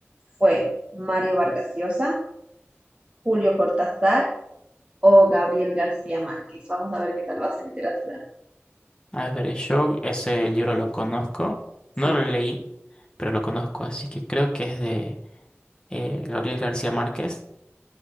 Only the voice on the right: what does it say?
¿Fue Mario Vargas Llosa? Julio Cortázar o Gabriel García Márquez. Vamos a ver qué tal va en literatura.
Sí,